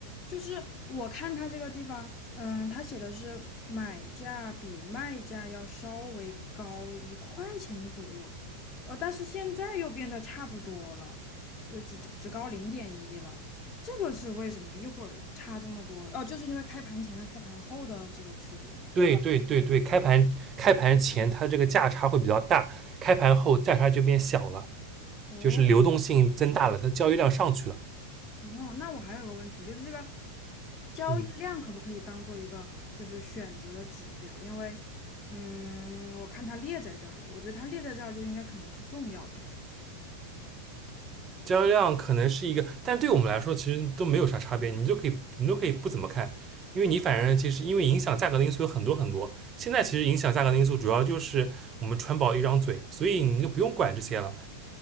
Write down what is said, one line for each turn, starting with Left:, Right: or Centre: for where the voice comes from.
Left: 就是我看它这个地方，嗯，它写的是买价比卖价要稍微高一块钱左右，呃，但是现在又变得差不多了，又只只高零点一了，这个是为什么？一会儿差这么多？哦，就是因为开盘前跟开盘后的这个区别吗？
Right: 对对对对，开盘开盘前它这个价差会比较大，开盘后价差就变小了，
Left: 哦，
Right: 就是流动性增大了，它交易量上去了。
Left: 哦，那我还有个问题，就是这个交易量可不可以当做一个就是选择的指标？
Right: 嗯，
Left: 因为，嗯，我看它列在这儿了，我觉得它列在这儿就应该可能是重要的。
Right: 交易量可能是一个，但对我们来说其实都没有啥差别，你就可以你都可以不怎么看，因为你反正其实因为影响价格的因素有很多很多，现在其实影响价格的因素主要就是我们川宝一张嘴，所以你就不用管这些了。